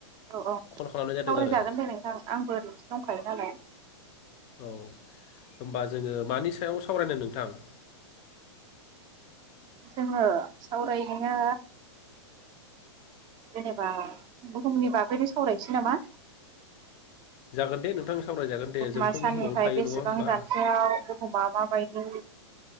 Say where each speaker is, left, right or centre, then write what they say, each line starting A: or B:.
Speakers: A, on the right; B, on the left.
A: औ औ
B: कल खालामनाय जादों
A: सावरायजागोन
B: आरो।
A: दे नोंथां आंबो ओरैनोसो दंखायो नालाय
B: औ होमबा जोङो मानि सायाव सावरायनो नोंथां?
A: जोङो सावरायनाया जेनेबा बुहुमनि बागैनो सावरायनोसै नामा?
B: जागोन दे नोंथां। सावरायजागोन दे
A: बुहुमा
B: जोंथ'
A: साननिफ्राय
B: बुहुमावनो थायो
A: बेसेबां
B: नङा होमबा
A: जान्थायाव बुहुमा माबायदि?